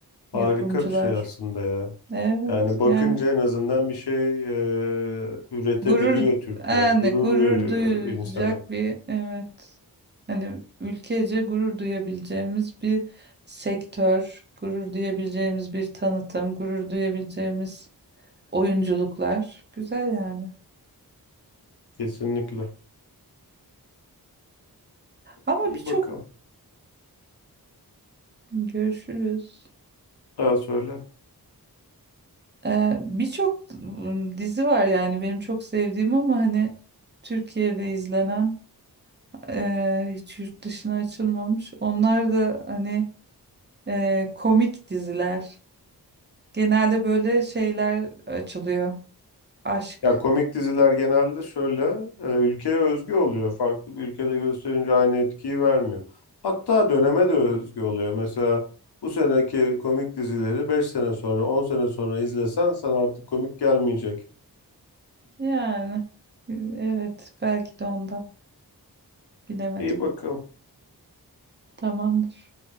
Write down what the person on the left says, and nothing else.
Harika
bir şey aslında ya.
Yani bakınca
en azından bir şey e, üretebiliyor
Türkler.
Gurur
veriyor
insana.
Kesinlikle.
İyi
bakalım.
Daha söyle.
Ya komik diziler genelde şöyle e, ülkeye özgü oluyor. Farklı bir ülkede gösterince aynı etkiyi vermiyor. Hatta döneme de özgü oluyor. Mesela bu seneki komik dizileri 5 sene sonra, 10 sene sonra izlesen sana artık komik gelmeyecek.
İyi bakalım.